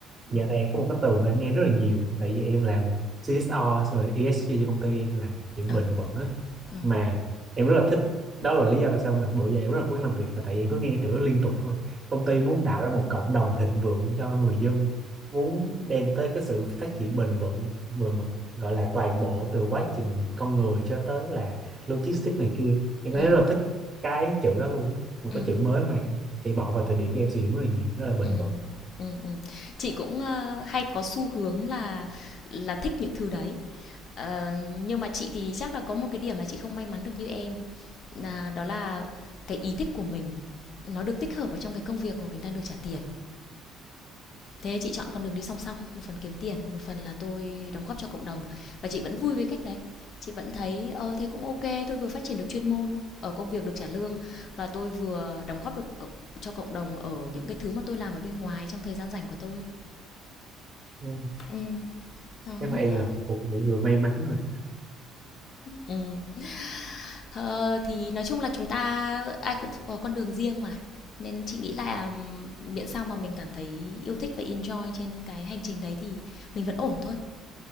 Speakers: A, on the right; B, on the left.
A: Dạo này có một cái từ mà em nghe rất là nhiều tại vì em làm CSR rồi ESG cho công ty em là kiểu
B: Ờ,
A: bền vững á
B: ừ.
A: mà em rất là thích đó là lý do tại sao mà bữa giờ em rất là cố gắng làm việc là tại vì em cứ nghe từ đó liên tục thôi công ty muốn tạo ra một cộng đồng thịnh vượng cho người dân muốn đem tới cái sự phát triển bền vững về mặt gọi là toàn bộ từ quá trình con người cho tới là logistics này kia em
B: Ừ.
A: thấy rất là thích cái chữ đó luôn á một
B: Ừ.
A: cái
B: Ừ.
A: chữ mới mà chị bỏ vào từ điển của em sử dụng rất là nhiều rất là bền
B: Ừm,
A: vững
B: ừm, ừm. Chị cũng, ơ, hay có xu hướng là là thích những thứ đấy. Ờ, nhưng mà chị thì chắc là có một cái điểm mà chị không may mắn được như em nà đó là cái ý thích của mình nó được tích hợp vào trong cái công việc mà mình đang được trả tiền. Thế chị chọn con đường đi song song, một phần kiếm tiền, một phần là tôi đóng góp cho cộng đồng và chị vẫn vui với cách đấy. Chị vẫn thấy, ờ, thế cũng ok tôi vừa phát triển được chuyên môn ở công việc được trả lương và tôi vừa đóng góp được cộng cho cộng đồng ở những cái thứ mà tôi làm ở bên ngoài trong thời gian rảnh của tôi.
A: Ừ.
B: Ừm, đó,
A: chắc là
B: nên
A: em
B: là
A: là một trong những người may mắn rồi
B: Ừm. Ờ, thì nói chung là chúng ta ai cũng có con đường riêng mà, nên chị nghĩ là ừm, miễn sao mà mình cảm thấy yêu thích và enjoy trên cái hành trình đấy thì mình vẫn ổn thôi.